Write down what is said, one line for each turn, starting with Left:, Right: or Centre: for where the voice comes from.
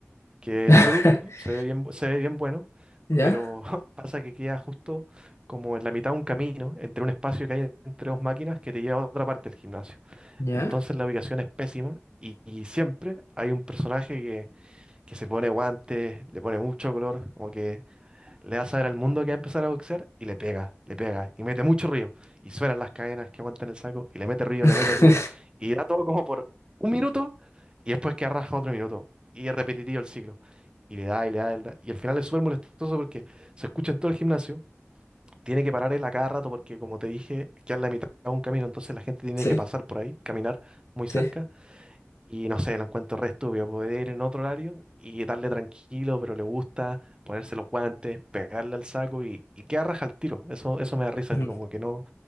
Right: que
Left: <laughs>
Right: es súper útil, se ve bien, bu- se ve bien bueno,
Left: ¿Ya?
Right: pero <laughs> pasa que queda justo como en la mitad de un camino, entre un espacio que hay entre dos máquinas que te lleva a otra parte del gimnasio.
Left: ¿Ya?
Right: Entonces la ubicación es pésima y, y siempre hay un personaje que, que se pone guantes, le pone mucho color, como que le da a saber al mundo que va a empezar a boxear y le pega, le pega y mete mucho ruido. Y suenan las cadenas que aguantan el saco y le mete ruido,
Left: <laughs>
Right: le mete ruido y da todo como por un minuto y después que arrastra otro minuto y es repetitivo el ciclo. Y le da y le da, y le da. Y al final es súper molestoso porque se escucha en todo el gimnasio, tiene que parar él a cada rato porque como te dije, queda en la mitad de un camino, entonces la gente tiene
Left: Sí,
Right: que pasar por ahí, caminar muy cerca
Left: sí.
Right: y no sé, lo encuentro re estúpido. Poder ir en otro horario y darle tranquilo, pero le gusta ponerse los guantes, pegarle al saco y, y queda raja al tiro. Eso, eso me da risa,
Left: Ujú.
Right: como que no.